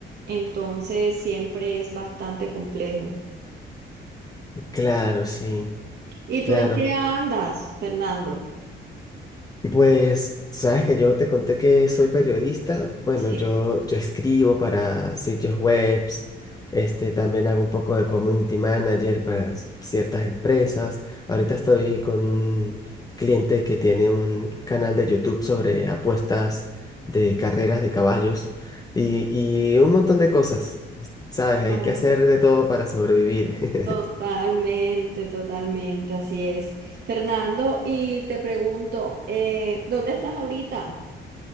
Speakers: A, on the right; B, on the left.
A: entonces siempre es bastante complejo.
B: Claro, sí,
A: ¿Y
B: claro.
A: tú en qué andas, Fernando?
B: Pues, sabes que yo te conté que soy periodista. Bueno,
A: Sí.
B: yo, yo escribo para sitios webs, este, también hago un poco de community manager para s- ciertas empresas. Ahorita estoy con un cliente que tiene un canal de YouTube sobre apuestas de carreras de caballos y, y un montón de cosas. Sabes, hay
A: Ah,
B: que hacer de todo para sobrevivir.
A: Totalmente,
B: <laughs>
A: totalmente, así es. Fernando, y te pregunto, eh, ¿dónde estás ahorita?